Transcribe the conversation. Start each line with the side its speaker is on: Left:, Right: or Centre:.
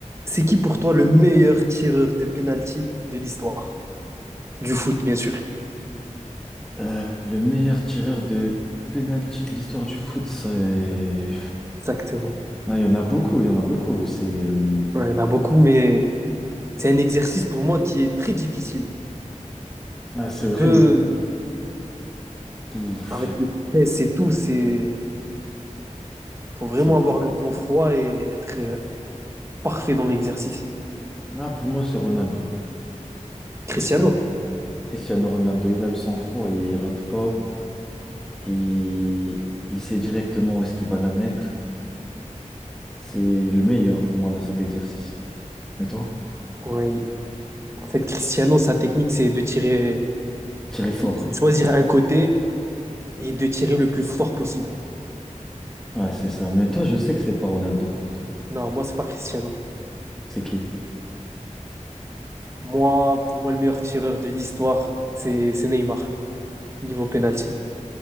Right: C'est qui pour toi le meilleur tireur de penalty de l'histoire? Du foot, bien sûr.
Centre: Euh, le meilleur tireur de penalty de l'histoire du foot, c'est...
Right: Exactement.
Centre: Ah, il y en a beaucoup, il y en a beaucoup. C'est hum,
Right: Ouais, il y en a beaucoup, mais c'est un exercice pour moi qui est très difficile.
Centre: ah, c'est
Right: Il
Centre: vrai,
Right: peut,
Centre: mais pouf,
Right: avec le stress et tout, c'est faut vraiment
Centre: c'est
Right: avoir
Centre: vrai que-
Right: le sang-froid et être euh, parfait dans l'exercice.
Centre: Ah, pour moi, c'est Ronaldo.
Right: Cristiano.
Centre: Cristiano. Cristiano Ronaldo, il a le sang-froid, il rate pas. Il... il sait directement où est-ce qu'il va la mettre. C'est le meilleur pour moi dans cet exercice. Et toi?
Right: Ouais, il- en fait, Cristiano, sa technique, c'est de tirer,
Centre: Tirer
Right: de,
Centre: fort.
Right: de choisir un côté et de tirer le plus fort possible.
Centre: Ah, c'est ça. Mais toi, je sais que c'est pas Ronaldo pour toi.
Right: Non, moi, c'est pas Cristiano.
Centre: C'est qui?
Right: Moi, pour moi, le meilleur tireur de l'histoire, c'est c'est Neymar, niveau penalty.